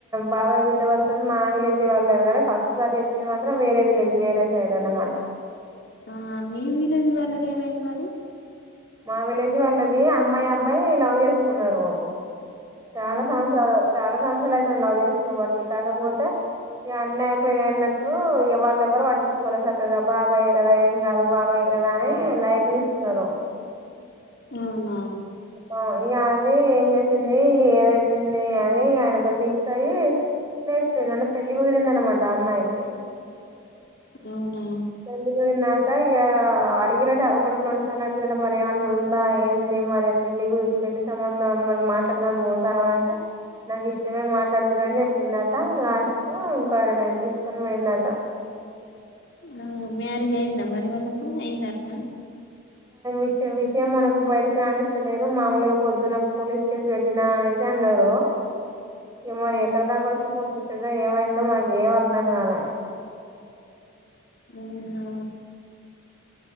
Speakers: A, on the right; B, on the left.
A: బాబాయి బిడ్డ వరుసది మా విలేజీ వాళ్ళది గానే ఫస్ట్ సారి చెప్పింది మాత్రం వేరే విలేజ్ వేరే సైడ్ అనమాట
B: ఆ మీ విలేజ్ వాళ్ళది ఏమైంది మరి
A: మా విలేజ్ వాళ్ళది అమ్మాయి అబ్బాయి లవ్ జెసుకున్నారు. చాలా
B: ఆ
A: సంవత్సరాలు చాలా సంవత్సరాలు అయితాంది లవ్ చేసుకోబట్టి కాకపోతే ఇక అన్నీ అయిపోయినాయి అన్నట్టు వాళ్ళ ఎవరు పట్టిచ్చుకోలేదు సక్కగా బాబాయే కదా ఏం కాదు బాబాయే గదా అని లైట్ తీసుకున్నారు
B: అవునా
A: ఆ ఇ అది ఏం చేసింది ఏదైతుంది అని ఆయనతో ఫిక్స్ అయ్యి లేచిపోయింది అంట పెళ్ళి కుదిరిందనమాట అమ్మాయికి
B: అవునా
A: పెళ్లి కుదిరింది నా ఇంకా ఇక అడిగిరట ఒకటికి రెండు సార్లు అడిగిరట మరి ఏమైన్నా ఉందా ఏంది మరి పెళ్లి పెళ్లి సంబంధం మరీ మాట్లాడదామని పోతున్నాం అంటే నాకు ఇష్టమే మాట్లాడరు అని చెప్పిందట లాస్ట్ కు ఇంక్వైరీ అనేది తీసుకొని పోయిందట <inaudible>
B: ఆ మ్యారేజ్ అయిందా మరి వాళ్ళకు అయింద అట్నా
A: ఇచ్చ విషయం మనకు బయటికి రాణిస్తలేరు మామూలుగా పొద్దున్న పోలీస్ కేసు పెట్టినా అనేసి అన్నారు ఈ మరి
B: ఆ
A: ఎక్కడ దాకా వచ్చిందా ఏమైందో మనకి ఏం అర్ధం కాలే
B: అవునా